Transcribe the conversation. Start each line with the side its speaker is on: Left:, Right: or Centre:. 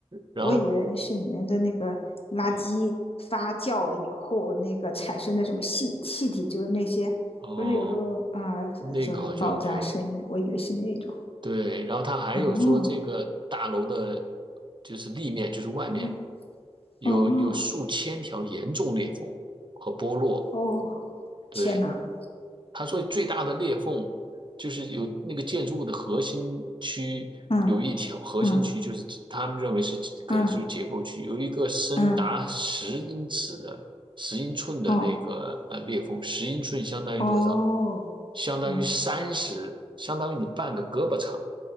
Right: 然后，
Left: 我以为是里面的那个垃圾发酵了以后，
Right: 嗯，
Left: 那个产生的什么气气体，就是那些不是有时候啊、
Right: 哦，
Left: 呃就是爆炸声音的，
Right: 那个好像没有，
Left: 我以为是那种。
Right: 对，然后他还有说这个大楼的，
Left: 哦，
Right: 就是立面，就是外面
Left: 嗯，
Right: 有有数千条严重裂缝和剥落。
Left: 哦，哦，
Right: 对，
Left: 天呐，
Right: 他说最大的裂缝就是有那个建筑物的核心区有一条核心区，
Left: 嗯嗯
Right: 就是他们认为是可能就是结构区，
Left: 嗯
Right: 有一个深达十英尺的十英寸的那个呃裂缝，
Left: 嗯，哦
Right: 十英寸相当于多少？
Left: 哦，
Right: 相当于三十，
Left: 嗯
Right: 相当于你半个胳膊长。